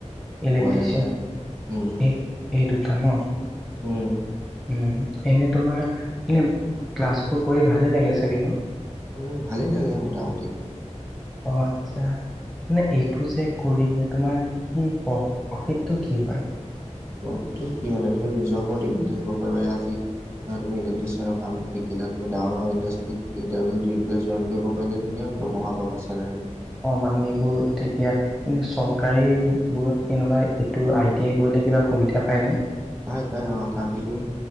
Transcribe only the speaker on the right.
<unintelligible> উম
উম
উম ভালে লাগে মোটামুটি।
প্ৰফিটতো কি মানে তুমি নিজৰ ওপৰত ডিপেণ্ড থাকিব পাৰিবা এই আজি তুমি ইলেকট্ৰিচিয়ানৰ কামটো শিকিলা তুমি ডাঙৰ ডাঙৰ ইণ্ডাষ্ট্ৰীত ইণ্টাৰভিউ দি পিনে জইন কৰিব পাৰিলেটো ধুনীয়া দৰমাহ পাবা চেলাৰী
পাই পাই অ কাৰণ কি তুমি